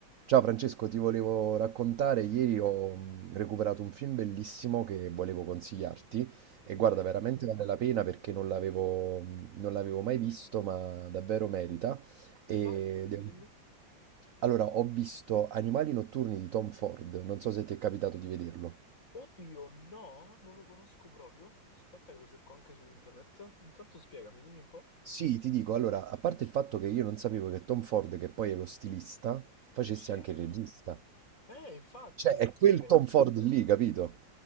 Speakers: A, on the right (about 70°); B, on the left (about 40°).
A: Ciao Francesco, ti volevo raccontare, ieri ho mh, recuperato un film bellissimo che volevo consigliarti e
B: Vai,
A: guarda, veramente vale la pena perché non l'avevo mm, non l'avevo mai visto, ma davvero merita. Ed
B: vai, dimmi,
A: è un-
B: dimmi.
A: Allora, ho visto Animali notturni di Tom Ford, non so se ti è capitato di vederlo.
B: Oddio, no, non lo conosco proprio. Aspetta che lo cerco anche su internet. Intanto spiegami, dimmi un po'.
A: Sì, ti dico, allora, a parte il fatto che io non sapevo che Tom Ford, che poi è lo stilista, facesse
B: Sì?
A: anche il regista.
B: Eh, infatti,
A: Cioè, è quel
B: ma che...
A: Tom Ford lì, capito?